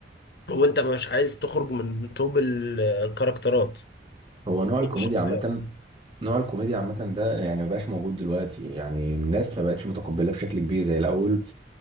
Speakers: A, on the left; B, on the right.
A: وانت مش عايز تخرج من توب الكاركترات
B: هو نوع الكوميديا
A: توب الشخصيات
B: عامة نوع الكوميديا عامة ده يعني ما بقاش موجود دلوقتي يعني الناس ما بقتش متقبلة بشكل كبير زي الأول